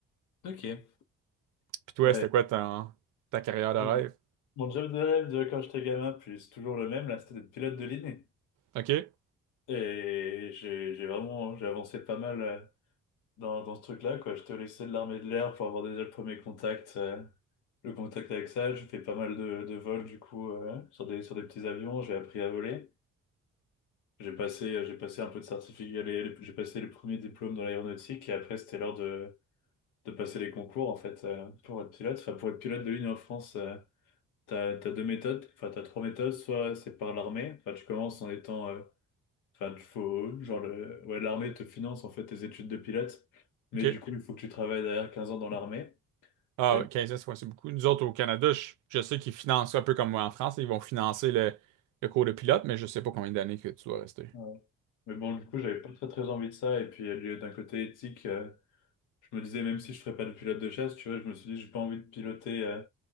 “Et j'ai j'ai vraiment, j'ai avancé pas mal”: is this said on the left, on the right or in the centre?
Left